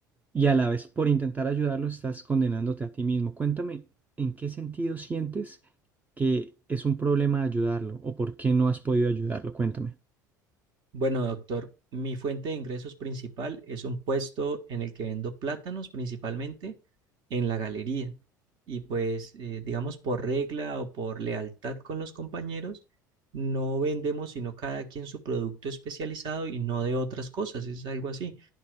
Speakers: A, on the right; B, on the right.
A: y a la vez por intentar ayudarlo estás condenándote a ti mismo. Cuéntame, ¿en qué sentido sientes que es un problema ayudarlo o por qué no has podido ayudarlo? Cuéntame.
B: Bueno, doctor, mi fuente de ingresos principal es un puesto en el que vendo plátanos principalmente en la galería. Y pues, eh, digamos, por regla o por lealtad con los compañeros, no vendemos sino cada quien su producto especializado y no de otras cosas, es algo así.